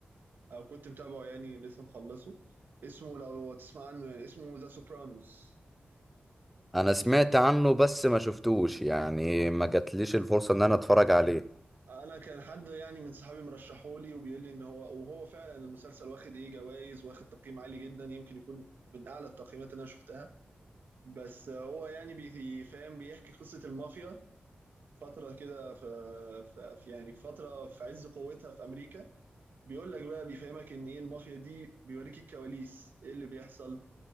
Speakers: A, on the right; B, in the centre.
A: او كنت متابعه يعني لسه مخلصه اسمه لو تسمع عنه يعني اسمه ذا سوبرانوز
B: انا سمعت عنه بس ما شفتوش يعني ما جاتليش الفرصه ان انا اتفرج عليه
A: انا كان حد يعني من صحابي مرشحولي وبيقول لي ان هو وهو فعلا المسلسل واخد ايه جوائز واخد تقييم عالي جدا يمكن يكون من اعلى التقييمات اللي انا شفتها بس هو يعني بيفهم بيحكي قصه المافيا فترة كده في في في- يعني في فترة في عز قوتها في أمريكا بيقول لك بقى بيفهمك إن إيه المافيا دي بيوريك الكواليس إيه اللي بيحصل